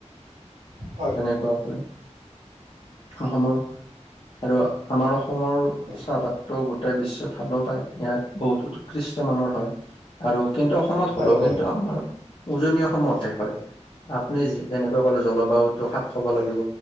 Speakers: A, on the right; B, on the left.
A: হয়
B: তেনেকুৱাকৈ অসমৰ। আৰু আমাৰ অসমৰ চাহপাত
A: হয় হয়
B: তো গোটেই বিশ্বই ভালো পায় ইয়াৰ বহুতো উৎকৃষ্ট মানৰ হয়। আৰু কিন্তু অসমত হ'লেও
A: হয় হয়
B: কিন্তু আমাৰ উজনি অসমতে হয়। আপুনি যেনেকৈ কলে জলবায়ুতটো খাপ খাব লাগিব।